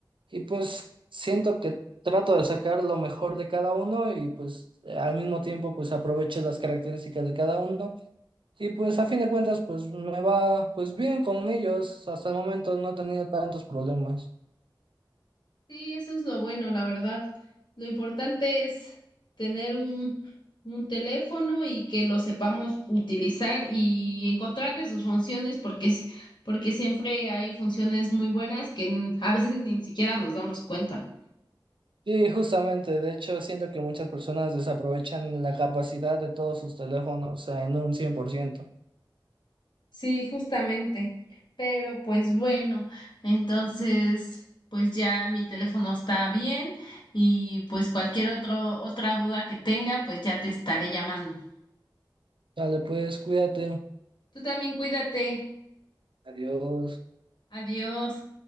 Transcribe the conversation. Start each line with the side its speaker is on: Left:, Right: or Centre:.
Right: y pues siento que trato de sacar lo mejor de cada uno y pues eh, al mismo tiempo pues aprovecho las características de cada uno. Y pues a fin de cuentas pues me va pues bien con ellos. Hasta el momento no he tenido tantos problemas.
Left: Sí, eso es lo bueno, la verdad. Lo importante es tener un, un teléfono y que lo sepamos utilizar y encontrarle sus funciones, porque, s- porque siempre hay funciones muy buenas que n- a veces ni siquiera nos damos cuenta.
Right: Sí, justamente, de hecho, siento que muchas personas desaprovechan la capacidad de todos sus teléfonos, o sea, en un cien por ciento
Left: Sí, justamente. Pero pues bueno, entonces pues ya mi teléfono está bien y pues cualquier otro, otra duda que tenga, pues ya te estaré llamando.
Right: Dale, pues cuídate.
Left: Tú también cuídate.
Right: Adiós.
Left: Adiós.